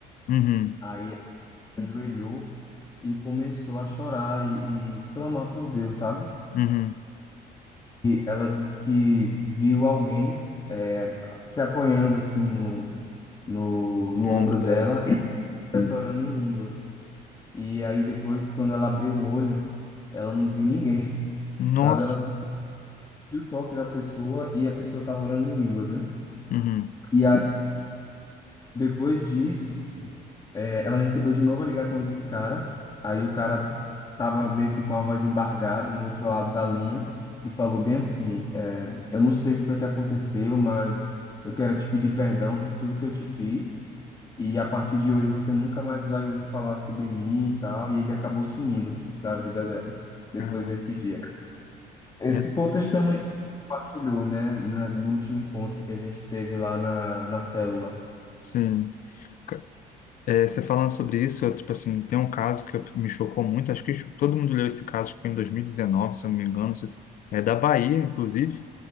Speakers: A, on the left (about 55°); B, on the left (about 25°).
A: Uhum,
B: Aí ela ajoelhou e começou a chorar e, e clamar por Deus, sabe?
A: uhum.
B: Ela disse que viu alguém é, se apoiando assim no, no, no
A: No
B: ombro
A: ombro dela.
B: dela e começou orando em línguas. E aí depois, quando ela abriu o olho, ela não viu ninguém, <laughs>
A: Nossa.
B: sabe? Ela disse que viu o toque da pessoa e a pessoa estava orando em línguas, né?
A: Uhum.
B: E aí, depois disso, É, ela recebeu de novo a ligação desse cara. Aí o cara tava meio que com a voz embargada no outro lado da linha e falou bem assim: é, Eu não sei o que foi que aconteceu, mas eu quero te pedir perdão por tudo que eu te fiz. E a partir de hoje você nunca mais vai ouvir falar sobre mim e tal. E ele acabou sumindo da vida dela depois
A: Caraca.
B: desse dia. Esse
A: É,
B: foi o testemunho que compartilhou, né, na- no último encontro que a gente teve lá na, na célula.
A: sim. Ca- É, você falando sobre isso, eu, tipo assim, tem um caso que eu fico- me chocou muito. Acho que todo mundo leu esse caso, acho que foi em 2019, se eu não me engano. não sei se- É da Bahia, inclusive